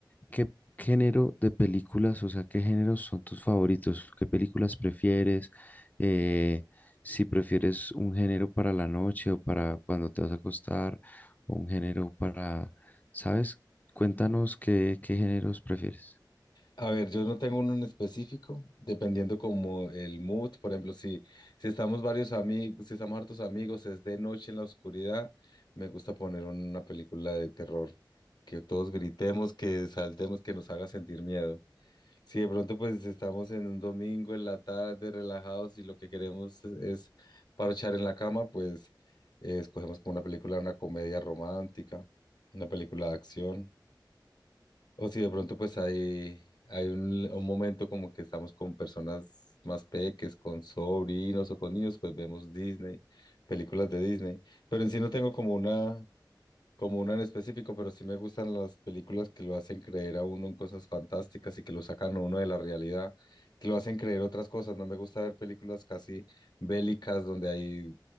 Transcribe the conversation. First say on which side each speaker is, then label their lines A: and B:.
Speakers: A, on the left; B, on the left.
A: qué género de películas, o sea, qué géneros son tus favoritos, qué películas prefieres, eh, si prefieres un género para la noche o para cuando te vas a acostar, o un género para, ¿sabes? Cuéntanos qué, qué géneros prefieres.
B: a ver, yo no tengo uno en específico, dependiendo como el mood. Por ejemplo, si, si estamos varios amigos, si estamos hartos amigos, es de noche en la oscuridad, me gusta poner una película de terror, que todos gritemos, que saltemos, que nos haga sentir miedo. Si de pronto pues estamos en un domingo en la tarde relajados y lo que queremos es parchar en la cama, pues eh, escogemos como una película, una comedia romántica, una película de acción. O si de pronto pues hay, hay un, un momento como que estamos con personas más peques, con sobrinos o con niños, pues vemos Disney, películas de Disney. Pero en sí no tengo como una, como uno en específico, pero sí me gustan las películas que lo hacen creer a uno en cosas fantásticas y que lo sacan a uno de la realidad, que lo hacen creer otras cosas. No me gusta ver películas casi bélicas donde hay